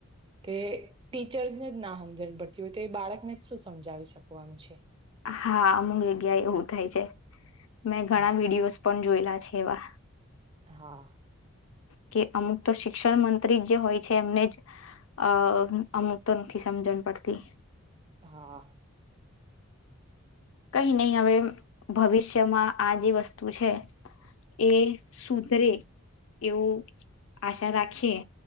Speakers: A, on the right; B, on the left.
A: કે ટીચર્સને જ ના હમજન પડતી હોય કે બાળકને શું સમજાવી શકવાનું છે.
B: હા, અમુક જગ્યા એવું થાય છે. મેં ઘણા
A: હા
B: વિડીયોઝ પણ જોયેલા છે એવા.
A: હા.
B: કે અમુક તો શિક્ષણ મં ત્રી જો હોય છે એમને જ અહ અમુક તો નથી સમજણ પડતી.
A: હા.
B: કઈ નઈ હવે ભવિષ્યમાં આ જે વસ્તુ છે એ સુધરે એવું આશા રાખીએ.